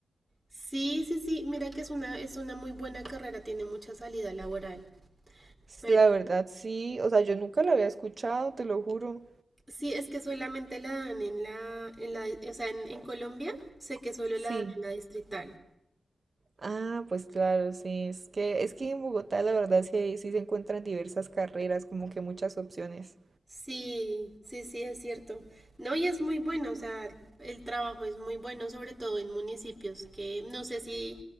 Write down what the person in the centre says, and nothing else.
Sí, sí, sí, mira que es una, es una muy buena carrera, tiene mucha salida laboral.
Pero
Sí, es que solamente la dan en la, en la, o sea, en, en Colombia sé que solo
la dan en la distrital.
Sí, sí, sí, es cierto. No, y es muy bueno, o sea, el trabajo es muy bueno, sobre todo en municipios que no sé si